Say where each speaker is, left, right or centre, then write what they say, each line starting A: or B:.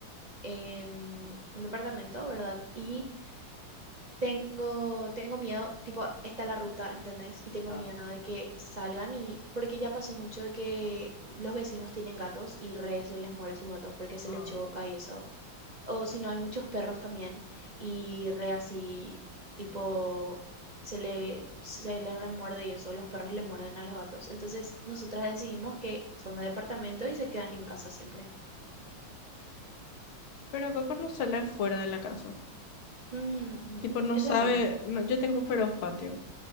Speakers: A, on the right (about 40°); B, on the left (about 85°).
A: en un departamento, ¿verdad? Y tengo, tengo miedo, tipo, está la ruta, ¿entendés? Y tengo
B: Ah,
A: miedo de que salgan y, porque ya pasó mucho de que los vecinos tienen gatos y re se les muere sus gatos porque se
B: ah.
A: le choca y eso. O si no, hay muchos perros también y re así, tipo, se le, se le remuerde y eso, los perros le muerden a los gatos. Entonces, nosotras decidimos que son de departamento y se quedan en casa siempre.
B: Pero Coco no sale afuera de la casa.
A: Mm, ujú.
B: Tipo, no
A: Eso
B: sabe,
A: es bueno.
B: no, yo tengo un feroz patio.